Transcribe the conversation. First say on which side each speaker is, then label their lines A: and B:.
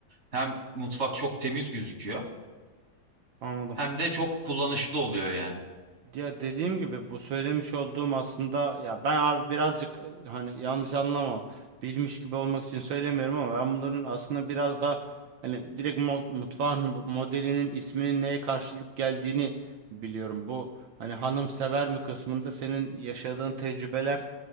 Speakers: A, on the right; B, on the right.
A: Hem mutfak çok temiz gözüküyor.
B: Anladım.
A: Hem de çok kullanışlı oluyor yani.
B: Ya dediğim gibi bu söylemiş olduğum aslında ya ben abi birazcık e, hani yanlış anlama bilmiş gibi olmak için söylemiyorum ama ben bunların aslında biraz da hani direkt mo- mutfağın bu modelinin isminin neye karşılık geldiğini biliyorum. Bu hani hanım sever mi kısmında senin yaşadığın tecrübeler